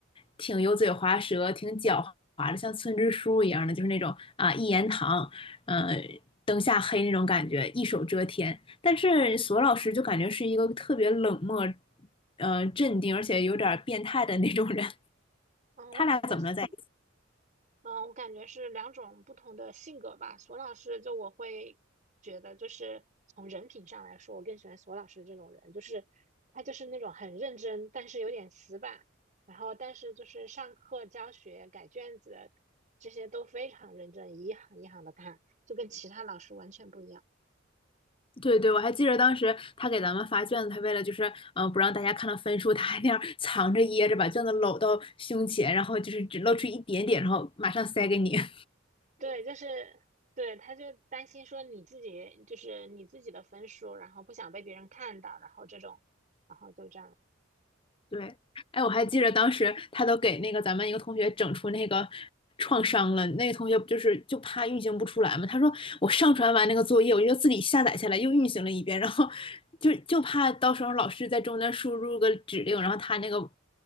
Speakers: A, on the left; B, on the right.
A: 挺油嘴滑舌、挺狡猾的，像村支书一样的，就是那种啊一言堂，嗯，灯下黑那种感觉，一手遮天。但是索老师就感觉是一个特别冷漠、呃镇定，而且有点儿变态的那种人。<laughs>
B: 嗯，
A: 他俩怎么了在？
B: 我感觉是，嗯，我感觉是两种不同的性格吧。索老师，就我会觉得，就是从人品上来说，我更喜欢索老师这种人，就是他就是那种很认真，但是有点死板，然后但是就是上课教学、改卷子这些都非常认真，一行一行的看，就跟其他老师完全不一样。
A: 对对，我还记得当时他给咱们发卷子，他为了就是嗯、呃不让大家看到分数，他还那样藏着掖着把卷子搂到胸前，然后就是只露出一点点，然后马上塞给你。<laughs>
B: 对，就是对，他就担心说你自己就是你自己的分数，然后不想被别人看到，然后这种，然后就这样。
A: 对，哎，我还记得当时他都给那个咱们一个同学整出那个创伤了，那个同学不就是就怕运行不出来嘛？他说我上传完那个作业，我就自己下载下来又运行了一遍，然后就就怕到时候老师在中间输入个指令，然后他那个